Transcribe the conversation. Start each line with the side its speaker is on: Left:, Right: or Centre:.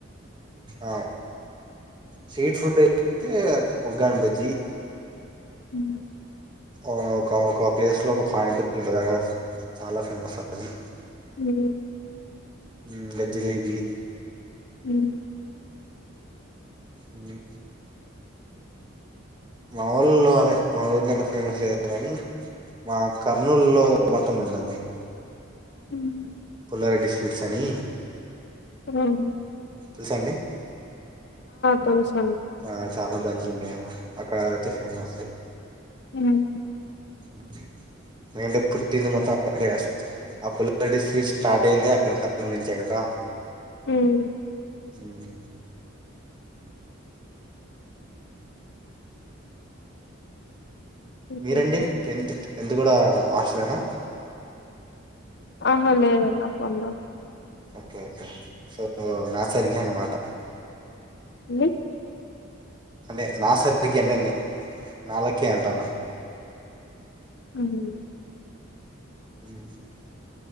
Right: ఆ స్ట్రీట్ ఫుడ్ అయితే ఒగ్గాని బజ్జి
Left: ఉమ్
Right: ఆ ఒక ఒక ప్లేస్ లో ఒక పాయింట్ ఒత్తుంది గదా చాలా ఫేమస్ అది
Left: మ్మ్.
Right: ఉమ్ ఇంకా జిలేబీ
Left: ఉమ్
Right: ఉమ్ మావోల్లో ఆమే మా ఊర్లో అంత ఫేమస్ లేదు గానీ మా కర్నూలు లో మతం ఉన్నది
Left: ఉమ్
Right: తర డిస్ఫూట్స్ అని
Left: కదామ్
Right: తెల్సా అండి
Left: తెలుసండి
Right: ఆ చాలా బ్రాంచ్లు ఉంటాయి ఆడ అక్కడ అయితే ఫేమస్
Left: ఉమ్మ్మ్
Right: <unintelligible> నేనంటే పుట్టింది మొత్తం అక్కడే గదా ఆ పుల్లారెడ్డి స్వీట్స్ స్టార్ట్ అయిందే అక్కనుంచే గదా ఆ
Left: ఉమ్
Right: ఉమ్
Left: ఇంకేంటో?
Right: మీరండి టెన్త్ టెన్త్ కూడా హాస్టల్నా
Left: ఆహా లేదండి <unintelligible>
Right: ఓకే ఓకే సో నా సరిగే అన్నమాట
Left: అండి
Right: అంటే నా సరిగకి ఎంటన్ని నా లక్కీ ఏ అంటాన్నా
Left: ఉమ్
Right: హ్మ్